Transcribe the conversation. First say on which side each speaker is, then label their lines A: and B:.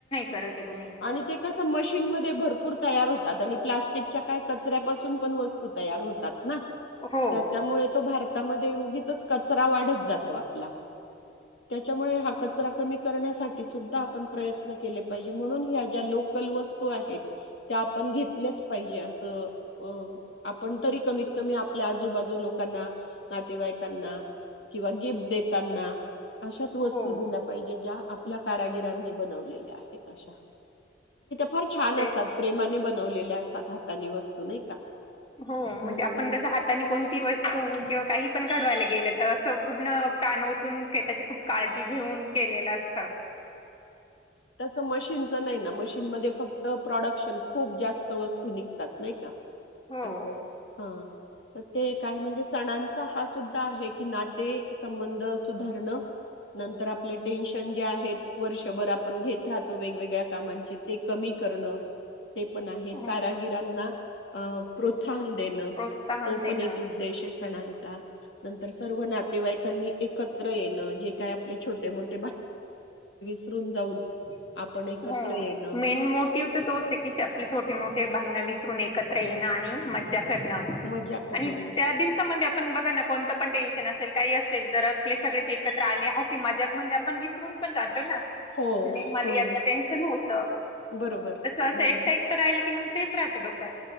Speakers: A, on the left (about 30°); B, on the left (about 65°).
A: करत आहे कुणी
B: आणि ते कस मशीन म भरपूर तर होतात आणि प् प्र्यकच्या काय कचऱ्यापासून पण वस्तू तयार होतात
A: हो
B: त्याच्यामुळे तो भारत क वाढत जातो आप त्यामुळे हा क क करण्यासाठी सुद्धा आपण प्रयत्न केले पाहिजे म्हणून ह्या ज्या लोकल वस्तू आहेत त्या आपण घेतल्याच पाहिजे अस आपण तरी कमीत कमी आपल्या आजूबाजू लोकांना नातेवाईकांना किंवा गिफ्ट देताना अशात वस्तू
A: हो
B: दिल्या पाहिजे आपल्या काराांगीराणी बनलेल्या आहेत अश फार छान
A: ते
B: असतात प्रेमाने बनवलेल्या असतात हातानी वस्तू नाही का
A: हो म्हणजे
B: त्यामुळे
A: आपण कसं हाताने कोणती वस्तू किंवा काही पण काढवाय लागेल गेलं तर असं पूर्ण प्राणवतून त्याची खूप काळजी घेऊन केलेलं असतं.
B: तन नाही म फक्त प्रोडक्शन खूप जास्त वस्तू निघतात नाही का
A: हो
B: अ हा तर ते काय म्हणजे सणांचा हा सुद्धा आहे की नाते संबंध सुधारण नंतर आपले टेन्शन जे आहेत वर्षभर आपण घेत राहतो वेगवेगळ्या कामांचे ते कमी करण ते पण आहे
A: हो
B: कारागिरांना अ प्रोत्साहन देणं,
A: प्रोत्साहन
B: तो
A: देणं
B: पण एक उद्देश सनांचा नंतर, सर्व नातेवाईकांनी एकत्र येणं, जे काय आपले छोटे मोठे. पसरून जाऊन.
A: हा..
B: आपण एकत्र येणं,
A: मेन मोटिव्ह तर तोच आहे, की आपली छोटे मोठे भांडने विसरू त एकत्र येणं आणि म ज्जा क‌रण
B: मजा करणं.
A: आणि त्या, दिवसामध्ये आपण बघा ना कोणत. पण टेन्शन असेल काही असेल, जर आपले सगळेच एकत्र आले हासी मजाक मध्ये आपण विसरून पण जातो. <unintelligible>
B: हो, हो.
A: टेन्शन होत. तस
B: बरोबर,
A: असं
B: बरोबर.
A: एकट एकटं राहिलं की मग, तेच राहतं डोक्यात.